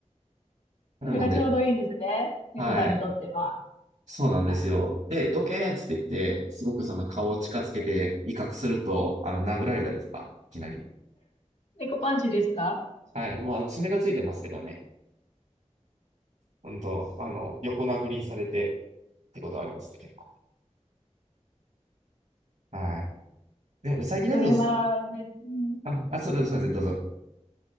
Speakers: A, on the right; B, on the left.
A: なので、
B: それがちょうどいいんですね。猫さんにとっては。
A: はい。そうなんですよ。で、どけーっつって言って、すごくその顔を近づけて威嚇すると、あの、殴られたりとか、いきなり。
B: 猫パンチですか
A: はい。まあ、爪がついてますけどね。本当あの、横殴りにされてってことはありますね、結構。はい。でも、ウサギだと、
B: それは、ね、うん
A: あ、あ、そう、すいません、どうぞ。